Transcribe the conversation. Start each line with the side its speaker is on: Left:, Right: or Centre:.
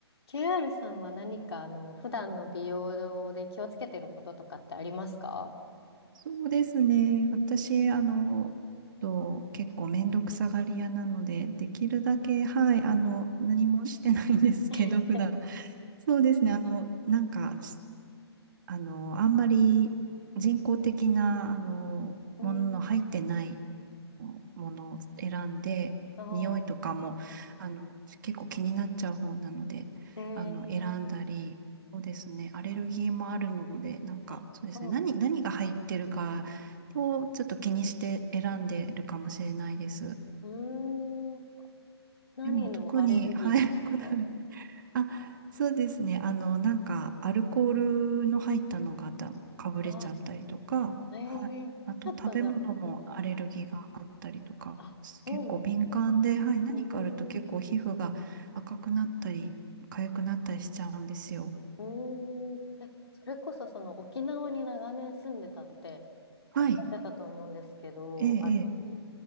Left: KR さんは何かあの普段の美容で気をつけてることとかってありますか
Right: そうですね。私、あの、と結構めんどくさがり屋なので、できるだけ、はい、あの、何もしてないんですけど、
Left: <laughs>
Right: 普段。そうですね。あの、なんか、しあの、あんまり人工的な、あの、
Left: うん、
Right: ものの入ってないものを選んで、
Left: あ
Right: 匂いとかも、
Left: あ、
Right: あの、結構気になっちゃう方なので、
Left: ええ、
Right: あの、選んだり、そうですね、アレルギーもあるので、なんか、
Left: あ、
Right: そうですね、
Left: そうなんです。
Right: 何、何が入ってるかをちょっと気にして選んでるかもしれないです。
Left: うーん、何のアレルギーなんですか
Right: でも、特に、はい、<laughs> こだわりあ、
Left: <laughs>
Right: そうですね。あの、なんか、アルコールの入ったのがだ、かぶれちゃったりとか、
Left: あ、ええ、
Right: はい。あと、
Left: ちょっとじゃあ、
Right: 食べ物もアレルギーがあったりとか、
Left: あ、そうなんです。
Right: 結構敏感で、はい、何かあると結構皮膚が赤くなったり、
Left: うーん、
Right: 痒くなったりしちゃうんですよ。
Left: うーん、え、それこそその沖縄に長年住んでたって
Right: はい。
Left: おっしゃってたと思うんですけど、
Right: ええ、
Left: あの、
Right: ええ。